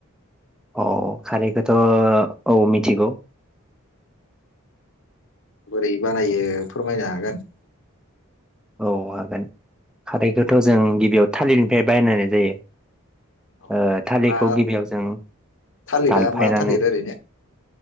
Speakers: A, in the centre; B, on the left.
A: औ खारैखौथ' औ मिथिगौ
B: बोरै बानायो फोरमायनो हागोन
A: औ हागोन खारैखौथ' जों गिबियाव थालिरनिफ्राय बायनाय जायो
B: औ
A: ओ थालिरखौ
B: मा
A: गिबियाव जों
B: थालिरा
A: दानफायनानै
B: मा थालिर ओरैनो